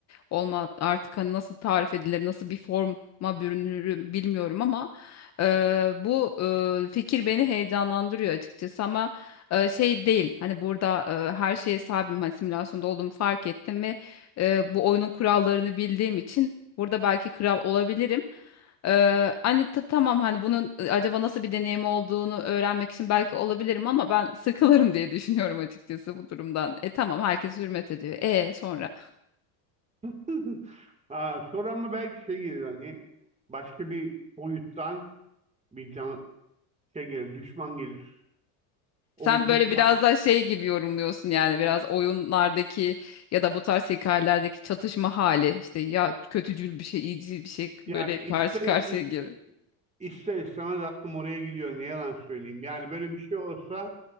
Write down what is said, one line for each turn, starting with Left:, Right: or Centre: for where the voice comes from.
Left: olma artık hani nasıl tarif edilir nasıl bir forma bürünür bilmiyorum ama Eee, bu eee, fikir beni heyecanlandırıyor açıkçası ama eee, şey değil hani burada eee, her şeye sahibim. hani simülasyonda olduğumu fark ettim ve eee, bu oyunun kurallarını bildiğim için burada belki kral olabilirim. Eee, hani ta- tamam hani bunun e, acaba nasıl bir deneyim olduğunu öğrenmek için belki olabilirim ama ben sıkılırım diye düşünüyorum açıkçası bu durumdan. E tamam herkes hürmet ediyor. E sonra.
Right: <laughs> Ha, sonra ama belki şey gelir hani başka bir boyuttan bir can şey gelir, düşman gelir. O
Left: Sen
Right: düşman
Left: böyle biraz daha şey gibi yorumluyorsun yani biraz oyunlardaki ya da bu tarz hikayelerdeki çatışma hali işte ya kötücül bir şey iyicil bir şey böyle
Right: Ya ister
Left: karşı karşıya
Right: i- i-
Left: gibi.
Right: ister istemez aklım oraya gidiyor. Ne yalan söyleyeyim. Yani böyle bir şey olsa,